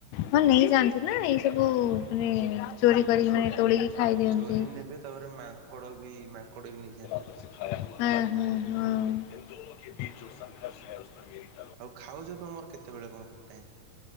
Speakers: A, on the left; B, on the right.
A: ହଁ ନେଇ ଯାଆନ୍ତିନା ଏଇ ସବୁ ମାନେ
B: ହଁ।
A: ଚୋରି କରିକି ମାନେ ତୋଳିକି ଖାଇଦିଅନ୍ତି।
B: ଚୋରି ନେବେ ତାପରେ ମାଙ୍କଡ଼ବି ମାଙ୍କଡ଼ବି ନେଇଯାଆ
A: ଅଁ ହଁ ହଁ।
B: ଆଉ ଖାଉଚ ତମର କେତେବେଳେ କଣ ଟାଇମ୍?